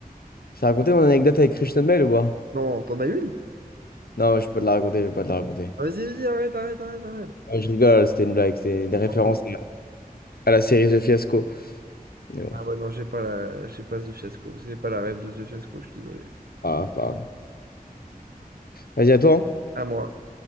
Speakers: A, on the left (about 80°); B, on the right (about 80°).
A: Je t'ai raconté mon anecdote avec Christian Bale ou pas?
B: Non, t'en as une?
A: Non, je peux pas te la raconter, je vais pas te la raconter.
B: Ah, Vas-y, vas-y, arrête, arrête, arrête, arrête.
A: Ouais, je rigole, c'était une blague, c'était une référence
B: Pardon.
A: à à la série The Fiasco. Mais bon,
B: Ah ouais, non, j'ai pas la... j'ai pas ce Fiasco. J'ai pas la rêve de ce Fiasco, je suis désolé.
A: ah, pas... grave. Vas-y, à toi. hein.
B: À moi.